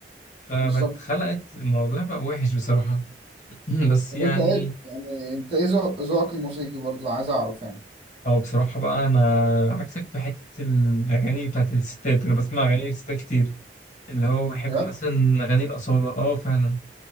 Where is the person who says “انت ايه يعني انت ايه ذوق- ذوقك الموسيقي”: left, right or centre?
Right